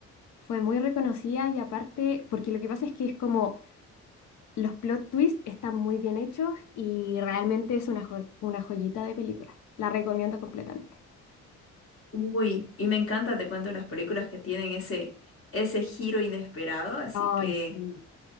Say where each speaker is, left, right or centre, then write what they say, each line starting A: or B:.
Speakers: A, on the left; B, on the left.
A: fue muy reconocida y aparte, porque lo que pasa es que es como los plot twists están muy bien hechos y realmente es una, jo- una joyita de película. La recomiendo completamente.
B: Uy, y me encanta, te cuento, las películas que tienen ese, ese giro inesperado, así
A: Ay,
B: que
A: sí,